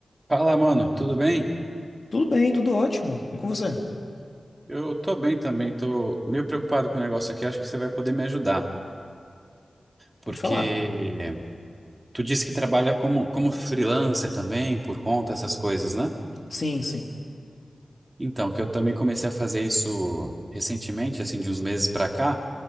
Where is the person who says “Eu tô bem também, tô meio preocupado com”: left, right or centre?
Right